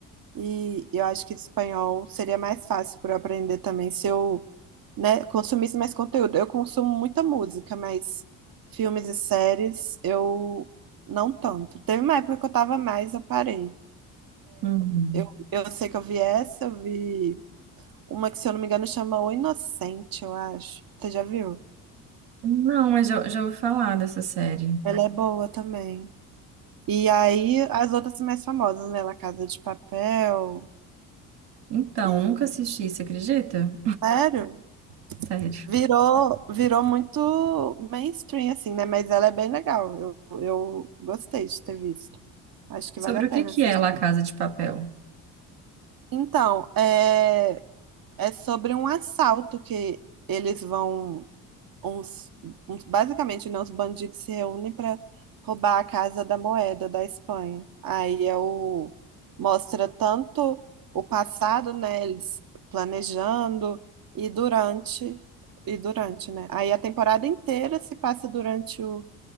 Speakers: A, on the right (about 50°); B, on the right (about 70°).
A: E eu acho que espanhol seria mais fácil para eu aprender também se eu, né, consumisse mais conteúdo. Eu consumo muita música, mas filmes e séries eu não tanto. Teve uma época que eu tava mais, eu parei.
B: Uhum.
A: Eu, eu sei que eu vi essa, eu vi uma que, se eu não me engano, chama O Inocente, eu acho. Você já viu?
B: Não, mas já, já ouvi falar dessa série.
A: Ela é boa também. E aí, as outras mais famosas, né? La Casa de Papel
B: Então,
A: e...
B: nunca assisti, você acredita?
A: Sério?
B: <laughs> Sério.
A: Virou, virou muito mainstream, assim, né? Mas ela é bem legal. Eu, eu gostei de ter visto. Acho que
B: Sobre
A: vale a pena
B: o que que
A: assistir.
B: é La Casa de Papel?
A: Então, é, é sobre um assalto que eles vão uns, uns- basicamente, né, os bandidos se reúnem para roubar a Casa da Moeda da Espanha. Aí é o, mostra tanto o passado, né, eles planejando e durante e durante, né? Aí a temporada inteira se passa durante o